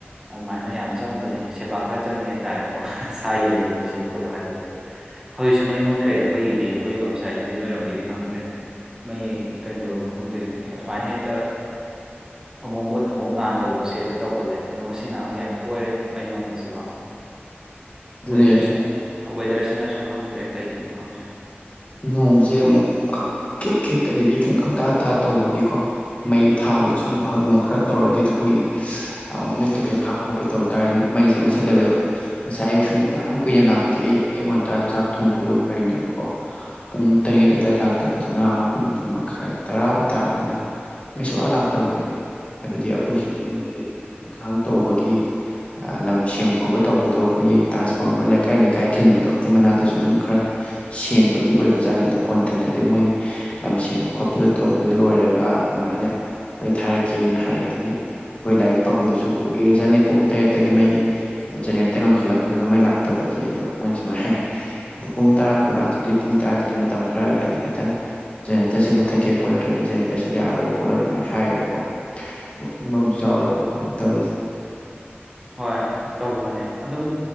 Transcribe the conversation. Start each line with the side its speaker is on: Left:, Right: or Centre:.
Right: ꯑꯗꯨꯃꯥꯏꯅ ꯌꯥꯝ ꯆꯪꯕꯅꯦ ꯁꯦꯕꯥ ꯈꯔ ꯆꯪꯉꯦ ꯍꯥꯏꯇꯥꯔꯦꯀꯣ ꯁꯥ ꯌꯦꯟ ꯂꯣꯏꯕ ꯁꯤꯃꯛꯇꯕꯨ ꯍꯥꯏꯕ ꯍꯧꯖꯤꯛꯁꯨ ꯃꯩ ꯃꯨꯠꯈ꯭ꯔꯦ ꯑꯩꯈꯣꯏꯒꯤꯗꯤ ꯑꯩꯈꯣꯏ ꯂꯣꯝ ꯁꯥꯏꯠꯠꯇꯗꯤ ꯅꯣꯏꯔꯣꯝꯒꯤꯗꯤ ꯈꯪꯗ꯭ꯔꯦ ꯃꯩ ꯀꯩꯗꯧꯔꯣꯝ ꯈꯪꯗ꯭ꯔꯦ ꯑꯁꯨꯃꯥꯏꯅ ꯍꯦꯛꯇ ꯑꯃꯨꯛ ꯃꯨꯠ ꯑꯃꯨꯛ ꯉꯟ ꯇꯧꯕꯁꯦ ꯍꯦꯛꯇ ꯇꯧꯒꯠꯂꯦ ꯑꯗꯣ ꯉꯁꯤ ꯉꯔꯥꯡꯗꯤ ꯌꯥꯝ ꯇꯣꯏꯔꯦ ꯃꯩ ꯃꯝꯕꯁꯤꯀꯣ
Left: ꯑꯗꯨꯅꯦ
Right: ꯋꯦꯗꯔꯁꯤꯅ ꯋꯦꯗꯔꯁꯤ ꯁꯤꯅꯁꯨ ꯈꯪꯗ꯭ꯔꯦ ꯀꯩꯒꯤꯅꯣ ꯈꯪꯗ꯭ꯔꯦ
Left: ꯅꯣꯡꯁꯦ ꯑꯃꯨꯛ ꯦꯛ ꯦꯦꯛ ꯑꯗꯒꯤ ꯀꯪꯇꯥ ꯇꯥ ꯇꯧꯕꯒꯤꯀꯣ ꯃꯩ ꯊꯥꯕꯗꯁꯨ ꯑꯗꯨꯝ ꯈꯔ ꯇꯧꯔꯗꯤ ꯑꯗꯣ ꯑꯩꯈꯣꯏꯒꯤ ꯃꯃꯤꯡ ꯀꯩꯀꯩ ꯐꯥꯛꯄ ꯈꯣꯠꯄ ꯇꯧ ꯇꯥꯔꯦ ꯃꯩꯁꯦ ꯃꯨꯠꯁꯤꯠꯂꯦꯕꯦꯕ ꯉꯁꯥꯏ ꯑꯌꯨꯛꯁꯨ ꯀ ꯌꯥꯝ ꯀꯨꯏꯅ ꯂꯥꯛꯇꯦ ꯑꯩꯉꯣꯟꯗ ꯍ ꯆꯥꯛ ꯊꯣꯡꯗꯣꯛꯄ ꯐꯔꯤꯅꯦꯕ ꯄꯨꯡ ꯇꯔꯦꯠ ꯑꯗꯨꯋꯥꯏ ꯂꯥꯛꯇꯕꯗꯨꯅ ꯄꯨꯡ ꯃꯈꯥꯏ ꯇꯔꯥꯕꯨꯥꯎ ꯇꯥꯔꯕꯅꯤꯅ ꯃꯩꯁꯨꯨꯔꯥ ꯂꯥꯛꯇꯕꯅꯦꯃꯤ ꯍꯥꯏꯕꯗꯤ ꯑꯩꯈꯣꯏꯁꯤꯒꯤ ꯃꯣꯏꯒꯤ ꯊꯕꯛ ꯏꯪꯈꯥꯡ ꯇꯧꯕꯒꯤ ꯂꯝ ꯁꯦꯝꯕ ꯈꯣꯠꯄ ꯇꯧꯕꯗꯣ ꯑꯩꯈꯣꯏꯒꯤ ꯇ꯭ꯔꯥꯟꯁꯐꯣꯔꯃꯔ ꯂꯩꯀꯥꯏ ꯂꯩꯀꯥꯏ ꯈꯤꯟꯕꯗꯣ ꯑꯗꯨꯏ ꯃꯅꯥꯛꯇꯁꯨ ꯑꯗꯨꯝ ꯈꯔ ꯁꯦꯡꯕꯒꯤ ꯑꯣꯏꯕꯖꯥꯠꯅꯤ ꯑꯗꯣ ꯀꯣꯟꯊꯪꯗꯗꯤ ꯃꯣꯏꯒꯤ ꯂꯝ ꯁꯦꯡꯕ ꯈꯣꯠꯄꯗ ꯇꯧꯕꯗ ꯂꯣꯏꯔꯒ ꯑꯗꯨꯃꯥꯏꯅ ꯃꯩ ꯊꯥꯔꯛꯀꯦꯅ ꯍꯥꯏ ꯑꯗꯒꯤ ꯑꯩꯈꯣꯏ ꯂꯥꯏꯔꯤꯛ ꯄꯥꯐꯝꯗꯨꯁꯨ ꯀꯨꯏꯔꯖꯥꯠꯅꯤ ꯄꯨꯡ ꯇꯔꯦꯠꯇꯒꯤ ꯃꯩ ꯖꯅꯦꯔꯦꯠꯇ ꯉꯪꯈꯠꯂꯛꯄꯗꯨꯅ ꯃꯩ ꯂꯥꯛꯇꯕꯒꯤ ꯑꯗꯣ ꯃꯣꯏꯅ ꯁꯨꯃꯥꯏꯅ ꯍꯥꯏ ꯑꯗꯣ ꯄꯨꯡ ꯇꯔꯥ ꯂꯥꯛꯇꯗꯤ ꯄꯨꯡ ꯇꯔꯥꯗꯗꯤ ꯃꯇꯝ ꯈꯔ ꯍꯥꯏꯗꯤ ꯈꯤꯇꯪ ꯖꯦꯅꯦꯔꯦꯇꯔꯁꯦ ꯃꯨꯠꯊꯠꯀꯦꯀꯣ ꯅꯠꯇ꯭ꯔꯗꯤ ꯖꯦꯔꯦꯇꯔꯁꯦ ꯌꯥꯔꯣꯏ ꯈꯣꯠꯂꯣꯏ ꯑꯗꯨꯃꯥꯏꯅ ꯍꯥꯏꯌꯦꯕꯀꯣꯪꯕꯝ ꯆꯥꯎꯔꯕꯀꯣ ꯇꯧꯔꯤꯁꯦ
Right: ꯍꯣꯏ ꯇꯧꯕꯅꯦ ꯑꯗꯨꯝ